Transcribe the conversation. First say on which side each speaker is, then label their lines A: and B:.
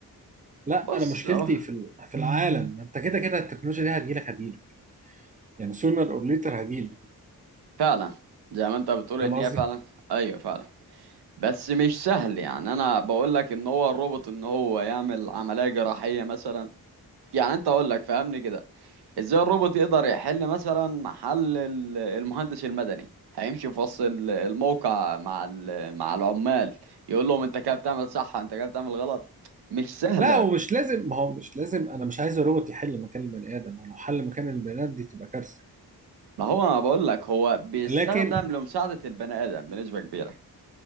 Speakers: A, on the right; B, on the right.
A: لا
B: بص
A: انا مشكلتي
B: اهو
A: في ال- في العالم انت كده كده التكنولوجيا دي هتجيلك هتجيلك يعني sooner or later هتجيلك
B: فعلا زي ما انت بتقول
A: فاهم
B: ان
A: قصدي؟
B: هي فعلا ايوه فعلا بس مش سهل يعني انا بقول لك ان هو الروبوت ان هو يعمل عمليه جراحيه مثلا يعني انت اقول لك فهمني كده ازاي الروبوت يقدر يحل مثلا محل ال- المهندس المدني هيمشي في وسط ال- الموقع مع ال- مع العمال يقول لهم انت كده بتعمل صح انت كده بتعمل غلط مش سهلة
A: لا ومش لازم ما هو مش لازم انا مش عايز الروبوت يحل مكان البني ادم هو لو حل مكان البني ادم دي تبقى كارثة
B: ما هو انا بقول لك هو بيستخدم
A: لكن
B: لمساعدة البني ادم بنسبة كبيرة